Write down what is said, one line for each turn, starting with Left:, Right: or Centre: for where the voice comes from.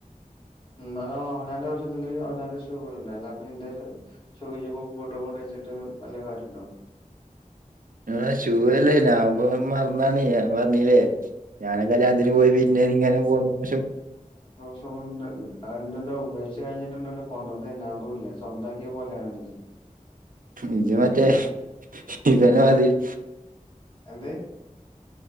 Left: എന്നന്നാലും അവനാന്റെ ആവശ്യത്തിന് അവനാന്റെഷൂ ഇടണ്ടേ അല്ലാത്ത എന്റെ ഷൂവ് ഷൂ കൂട്ടതി ന്നി ട്ട് നല്ല കാര്യംണ്ടോ
Right: ആ ഷൂവല്ലേ മറന്നാണ് പറഞ്ഞീല്ലേ ഞാനെക്കല്ലാന്ന് പോയി പോ ഇങ്ങനെ പോണ പക്ഷെ
Left: ഷൂണ്ടല്ലോ കണ്ടല്ലോ ഉപ ച കഴിഞ്ഞിട്ടുണ്ടല്ലോ കൊണ്ടുവന്നു തന്നെ അതുമല്ല സ്വന്താക്കിയ പോലെയണല്ലോജ
Right: ഇജ മറ്റേ ഇപ്പന്നെ മതിരി
Left: എന്ത്